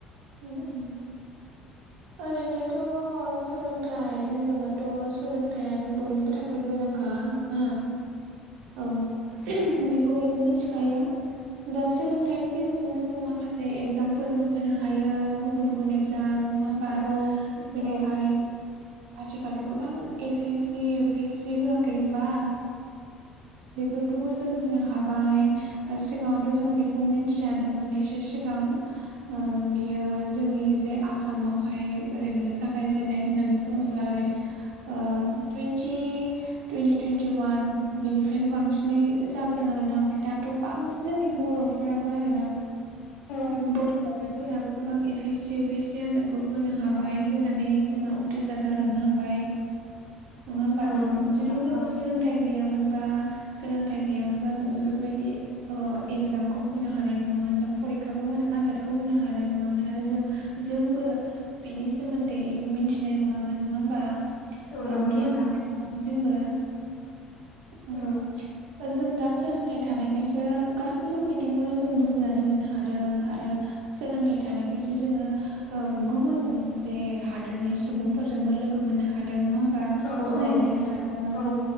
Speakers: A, on the right; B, on the left.
A: उम आरैनो थ' सोलोंथाइ होनोबाथ' सोलों थायानो बयनिबो था थाखाय गोनांखा ना औ बेखौ बयबो मिथिखायो दा सोलोंथाइनि गेजेरजोंनो जों माखासे एगजामफोरबो होनो हायो गुबुन गुबुन एगजाम नङा होमबा
B: औ
A: जेरैहाय
B: औ
A: आथिखालथ' गोबां ए पिस सि इउ- पिसि होआखै होनबा बेफोरखौबो जों होनो हाबाय। ओ सिगाङावथ' जों बे खौमिनथियानोमोन एसे सिगां ओ जोंनि जे आसामाव हाय ओरैनो जागायजेननाय होननानै बुङोब्ला औरै ओ टुइन्टि टुइन्टि वान बिनिफ्रायनो बांसिनै जाबो दों आरो ना ओमफ्राय दाथ' बां जोंनि बर'फोराबो आरोना
B: औ
A: बर' लाइमोन फोराबो गोबां A P C U P S C आनजादखौ होनो हाबाय होनानै जोंना उथ्रिसार जालांनो हा बाय नङा होमबा
B: औ नंगौ नोंथां
A: जुदि जोङो
B: औ
A: सोलोंथाइ गैयामोनबा सोलोंथायाइ गैयामोनबा जों बेफोरबायदि ओ एगजामखौ होनो हानाय नङामोन बा फरिखाखौ होनो आनजादखौ होनो हा हानाय नङामोन आ रो जों जोंबो बेनि सोमोन्दै मिथिनाय नङामोन। नङा होमबा ओ
B: औ नंगौ
A: गियान
B: नोंथां
A: मोननाय नङामोन जोंबो। उम
B: औ
A: जों दा सोलोंथाइ थानायखायसो गासैबो बिथिंखौनो जों बुजिनानै मोननो हादों आरो थानायखाय सो जोङो ओ गुबुन जे हादोरनि सुबुंफोरजोंबो लोगो मोननो हादों नङा होनबा
B: औ
A: सिनायलायनो
B: औ
A: हादों
B: औ